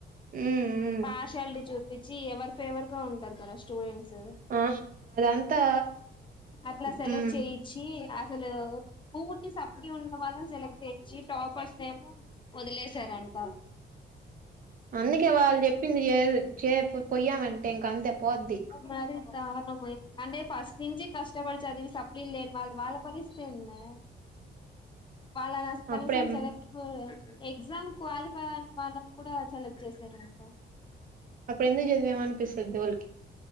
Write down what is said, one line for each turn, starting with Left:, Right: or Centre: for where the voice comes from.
Right: హ్మ్. హ్మ్.
Left: పార్షాలిటీ చూపించి ఎవర్ ఫేవర్ గా ఉంటారు కదా స్టూడెంట్స్
Right: ఆ! అదంతా
Left: అట్లా సెలెక్ట్
Right: హ్మ్.
Left: చేపించి అసలు పూర్ ఈ సప్లి ఉన్న వాళ్ళని సెలెక్ట్ చేచ్చి టాపర్స్ నెమో వదిలేసారంట
Right: అందుకే వాళ్ళు చెప్పింది చేప్ పోయమంటే ఇంక అంతే పోద్ది.
Left: మరి దార్నమయి అంటే ఫస్ట్ నుంచి కష్టపడిచదివి సప్లిన్ లేని వాళ్ వాళ్ళ పరిస్థితి ఏందే వాళ్ళనసల్
Right: అప్పుడే
Left: కనీసం సెలక్పో ఎగ్జామ్ క్వాలిఫై అయిన వాళ్ళను కూడా సెలెక్ట్ చేశారంట
Right: అప్పుడు ఎందుకు జదివామా అనిపిసది దూల